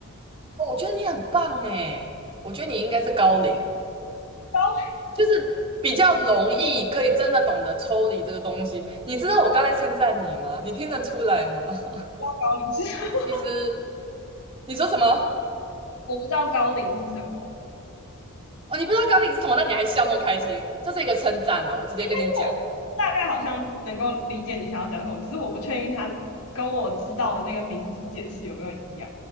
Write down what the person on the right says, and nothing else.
哦，我觉得你很棒诶，我觉得你应该是高龄，
就是比较容易可以真的懂得抽离这个东西。你知道我刚才称赞你吗？你听得出来吗？<laughs>
因为其实你说什么？
哦，你不知道高领是什么，那你还笑那么开心，这是一个称赞啊！我直接跟你讲，